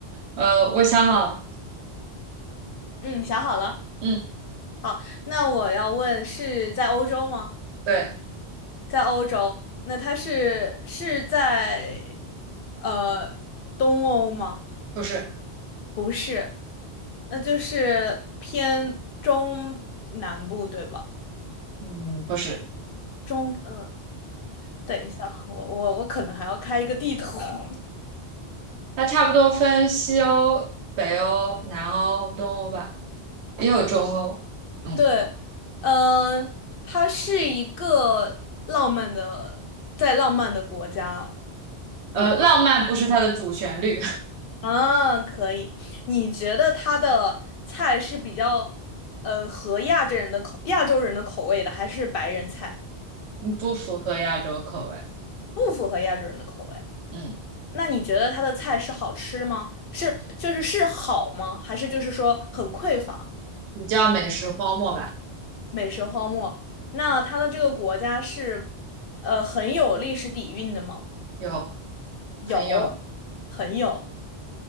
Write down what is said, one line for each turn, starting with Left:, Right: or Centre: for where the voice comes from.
Right: 呃，我想好了，
Left: 嗯，想好了。
Right: 嗯，
Left: 好，那我要问是在欧洲吗？
Right: 对，
Left: 在欧洲，那它是是在呃东欧吗？
Right: 不是，
Left: 不是，那就是偏中南部，对吧？
Right: 嗯，不是，
Left: 中，嗯，等一下，我我我可能还要开一个地图。<laughs>
Right: 它差不多分西欧、北欧、南欧、东欧吧，也有中欧。嗯，
Left: 对，嗯，它是一个浪漫的，在浪漫的国家
Right: 呃，
Left: 里吗？
Right: 浪漫不是它的主旋律，
Left: 啊，可以。你觉得它的菜是比较，呃，合亚洲人的口，亚洲人的口味的，还是白人菜
Right: <laughs> 不符合亚洲口味。
Left: 不符合亚洲人的口味？
Right: 嗯，
Left: 那你觉得它的菜是好吃吗？是，就是是好吗？还是就是说很匮乏，
Right: 你叫美食荒漠吧？
Left: 美食荒漠？那它的这个国家是，呃，很有历史底蕴的吗？
Right: 有，
Left: 有，
Right: 很有，
Left: 很有。